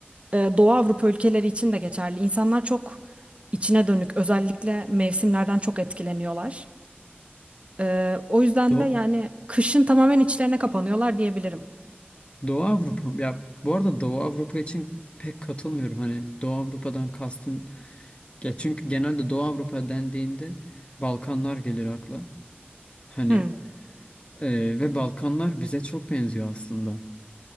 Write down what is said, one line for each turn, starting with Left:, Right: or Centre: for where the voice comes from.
Right: e, Doğu Avrupa ülkeleri için de geçerli. İnsanlar çok içine dönük, özellikle mevsimlerden çok etkileniyorlar. E, o yüzden
Left: Do
Right: de yani kışın tamamen içlerine kapanıyorlar diyebilirim.
Left: Doğu Avrupa ya bu arada Doğu Avrupa için pek katılmıyorum. Hani Doğu Avrupa'dan kastın ya çünkü genelde Doğu Avrupa dendiğinde Balkanlar gelir akla. Hani
Right: Hı.
Left: Ee, ve Balkanlar bize çok benziyor aslında.